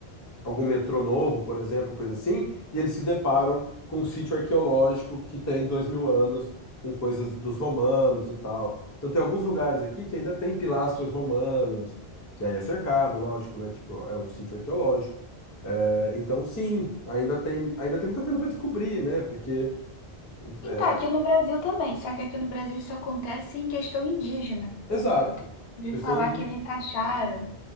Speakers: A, on the left (about 30°); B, on the left (about 70°).
A: algum metrô novo, por exemplo, coisa assim, e eles se deparam com um sítio arqueológico que tem dois mil anos, com coisas dos romanos e tal. Então tem alguns lugares aqui que ainda tem pilastras romanas, que aí é cercado, lógico, né? Tipo, é um sítio arqueológico. É, então sim, ainda tem, ainda tem muita coisa para descobrir, né? Porque,
B: Então,
A: é,
B: aqui no Brasil também, só que aqui no Brasil isso acontece em questão indígena.
A: exato,
B: Eu te- ouvi
A: questão
B: falar
A: de
B: que eles acharam,